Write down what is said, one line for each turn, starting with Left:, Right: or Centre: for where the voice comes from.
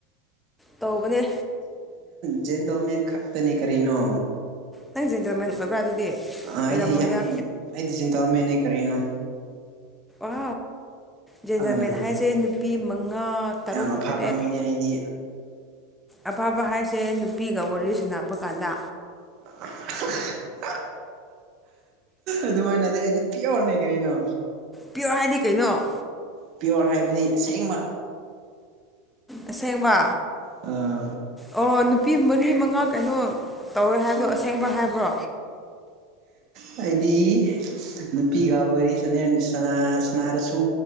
Centre: ꯇꯧꯕꯅꯦ
Right: ꯗ ꯦꯟꯗꯣꯃꯦ ꯈꯛꯇꯇꯅꯤ ꯀꯅꯣ
Centre: ꯅꯪ ꯖꯦꯟꯗ꯭ꯔꯃꯦꯟ ꯑꯣꯏꯕ꯭ꯔꯥ ꯑꯗꯨꯗꯤ
Right: ꯑ ꯑꯩꯗꯤ
Centre: ꯑꯣꯏꯔꯝꯃꯣꯏꯗ
Right: ꯌꯥꯝ ꯑꯩꯗꯤ ꯟꯇꯜ ꯃꯦꯟꯅꯦ ꯀꯔꯤꯅꯣ
Centre: ꯑ ꯖꯦꯟꯗꯔꯃꯦꯟ
Right: ꯑꯥ
Centre: ꯍꯥꯏꯁꯦ ꯅꯨꯄꯤ ꯃꯉꯥ ꯇꯔꯨꯛ
Right: ꯌꯥꯝ ꯑꯐꯕ
Centre: ꯇꯔꯦꯠ
Right: ꯃꯤꯅꯦ ꯑꯩꯗꯤ
Centre: ꯑꯐꯕ ꯍꯥꯏꯁꯦ ꯅꯨꯄꯤꯒ ꯋꯥꯔꯤ ꯁꯥꯟꯅꯕ ꯀꯥꯟꯗ
Right: <inaudible> ꯑꯗꯨꯃꯥꯏꯅꯗꯤ ꯑꯩꯗꯤ ꯄꯤꯌꯣꯔꯅꯦ ꯀꯔꯤꯅꯣ
Centre: ꯄꯤꯌꯣꯔ ꯍꯥꯏꯅꯤ ꯀꯩꯅꯣ
Right: ꯄꯤꯌꯣꯔ ꯍꯥꯏꯕꯗꯤ ꯑꯁꯦꯡꯕ
Centre: ꯑꯁꯦꯡꯕ
Right: ꯑ
Centre: ꯑꯣ ꯅꯨꯄꯤ ꯃꯔꯤ ꯃꯉꯥ ꯀꯩꯅꯣ ꯇꯧꯔꯦ ꯍꯥꯏꯕꯗꯣ ꯑꯁꯦꯡꯕ ꯍꯥꯏꯕ꯭ꯔꯣ
Right: ꯍꯥꯏꯗꯤ ꯅꯨꯄꯤꯒꯕꯔꯤ ꯁ ꯁ ꯁꯅꯔꯁꯨ